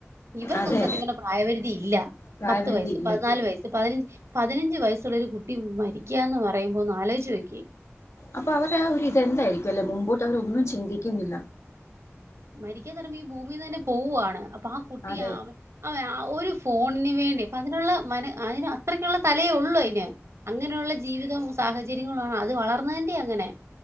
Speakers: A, on the right; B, on the left.
A: ഇവർക്കൊന്നും
B: അതെ
A: സത്യം പ്രായപരിധി ഇല്ല
B: പ്രായപരിധി
A: പത്ത് വയസ്
B: ഇല്ല
A: പതിനാല് വയസ് പതിനഞ്ച് പതിനഞ്ച് വയസ്സുള്ള ഒരു കുട്ടി മരിക്കാന്ന് പറയുമ്പോ ഒന്നാലോചിച്ചു നോക്കിയേ
B: അപ്പൊ അവർ ഒരു ഇതെന്തായിരിക്കും അല്ലെ മുമ്പോട്ട് അവര ഒന്നും ചിന്തിക്കുന്നില്ല
A: മരിക്കാ പറുമ്പോ ഈ ഭൂമിന്ന് തന്നെ പോവുവാണ് അപ്പൊ ആ കുട്ടി
B: അതെ
A: ആ അവ ആ ഒരു ഫോണിന് വേണ്ടി അപ്പോ അതിനുള്ള മന അതിന് അത്രയ്ക്കുള്ള തലേ ഉള്ളൂ അന് അങ്ങനെയുള്ള ജീവിതവും സാഹചര്യങ്ങളാണ് അത് വളർന്നതിന്റെ അങ്ങനെ